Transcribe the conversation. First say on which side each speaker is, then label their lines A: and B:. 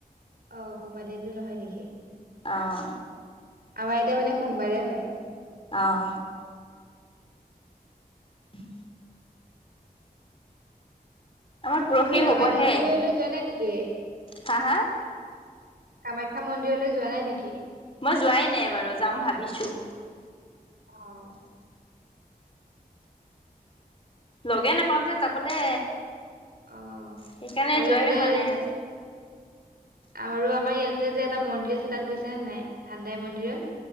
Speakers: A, on the right (about 70°); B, on the left (about 35°).
A: অঁ, সোমবাৰ দিনটো নহয় নেকি?
B: অঁ।
A: আমাৰ এতিয়া মানে সোমবাৰে হয়।
B: অঁ, উম। আমাৰ পৰহি
A: তুমি কামাখ্যা
B: হ'বহে
A: মন্দিৰলৈ যোৱা নাই নেকি?
B: হা হা?
A: কামাখ্যা মন্দিৰলৈ যোৱা নাই নেকি?
B: মই যোৱাই নাই এবাৰু যাম ভাবিছো।
A: অঁ,
B: লগে নাপাওঁ যে যাবলে।
A: অঁ,
B: সেইকাৰণে
A: আৰু
B: যোৱাই
A: এইফালে।
B: হোৱা নাই আৰু।
A: আৰু আমাৰ ইয়াতে যে এটা মন্দিৰ আছে তাত গৈছে নে নাই ভাণ্ডাই মন্দিৰত?